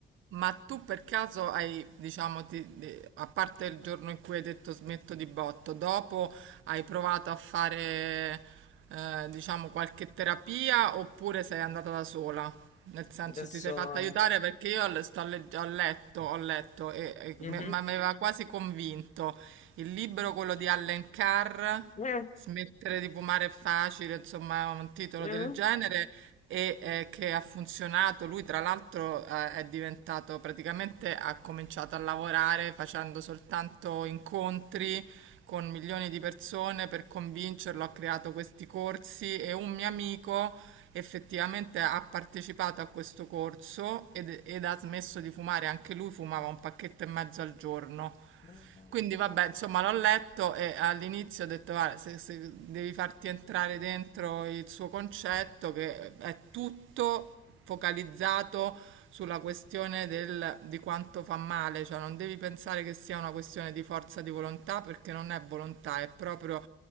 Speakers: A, on the right; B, on the left.
A: ma tu per caso hai, diciamo, ti- di- a parte il giorno in cui hai detto smetto di botto, dopo hai provato a fare, eh, diciamo, qualche terapia oppure sei andata da sola? Nel senso
B: Da sola.
A: ti sei fatta aiutare perché io le- sto legge- ho letto, ho letto, e- e
B: Mh-mh.
A: me- ma mi aveva quasi convinto il libro, quello di Allen Carr.
B: Eh.
A: Smettere di fumare è facile, insomma, è un titolo
B: Eh.
A: del genere e eh, che ha funzionato. Lui, tra l'altro, eh, è diventato praticamente ha cominciato a lavorare facendo soltanto incontri con milioni di persone per convincerlo. Ha creato questi corsi e un mio amico effettivamente ha partecipato a questo corso ed, ed ha smesso di fumare. Anche lui fumava un pacchetto e mezzo al giorno.
B: eh.
A: Quindi vabbè, insomma, l'ho letto e all'inizio ho detto, "Guarda, se, se devi farti entrare dentro il suo concetto, che è tutto focalizzato sulla questione del- di quanto fa male, cioè non devi pensare che sia una questione di forza di volontà, perché non è volontà, è proprio